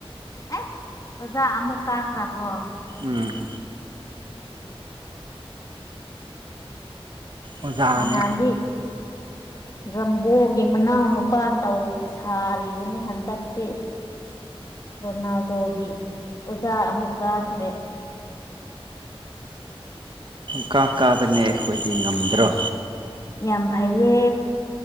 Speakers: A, on the left; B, on the right.
A: ꯑꯁ ꯑꯣꯖꯥ ꯑꯃꯨꯛ ꯀꯥꯈ꯭ꯔꯕꯣ
B: ꯎꯝꯝ ꯑꯣꯖꯥꯅꯦ
A: ꯑ ꯍꯗꯤ ꯗ꯭ꯔꯝꯕꯣꯒꯤ ꯃꯅꯥꯎ ꯅꯨꯄꯥ ꯇꯧ ꯁꯥꯔꯤꯕꯅꯤ ꯍꯟꯗꯛꯇꯤ ꯔꯣꯅꯥꯜꯗꯣꯒꯤ ꯑꯣꯖꯥ ꯑꯃꯨꯛ ꯀꯥꯈ꯭ꯔꯦ
B: ꯄꯪꯀꯥ ꯀꯥꯕꯅꯦ ꯑꯩꯈꯣꯏꯗꯤ ꯉꯝꯗ꯭ꯔꯣ
A: ꯌꯥꯝ ꯐꯩꯌꯦ